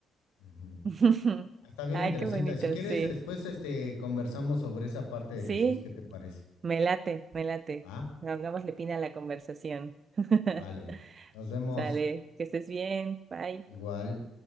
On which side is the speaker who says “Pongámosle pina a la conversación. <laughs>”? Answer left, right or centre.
Right